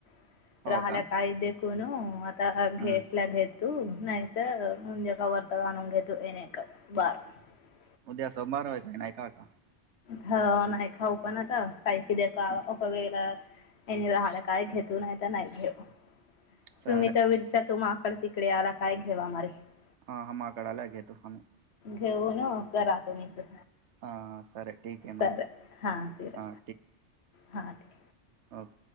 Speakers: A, on the left; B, on the right.
A: <unintelligible>
B: हो
A: राहल्या
B: का
A: काय दे कोण <unintelligible> घेतल्या
B: हम्म
A: घेत <unintelligible> तू नाही तर म्हणजे कावररता जाणून घेतो येणेका बार <unintelligible>
B: उद्या सोमवार व्हय नाही का का? <unintelligible>
A: ह नाही. खाऊ पण आता पैकी देकावावेेला
B: हम्म
A: <unintelligible> त्यांनी राहला काय घेतू. नाही तर नाही घेत
B: सर
A: तुम्ही तर विरच्या त माग <unintelligible> तिकडे आला काय घेवा मारे. <unintelligible>
B: हा हा माकडाला घेतो कोणी.
A: घेऊन राहतो मी इथ.
B: हा. सर ठीक आहे मर
A: सर हा सर
B: हा
A: हा ठीक.
B: ओफ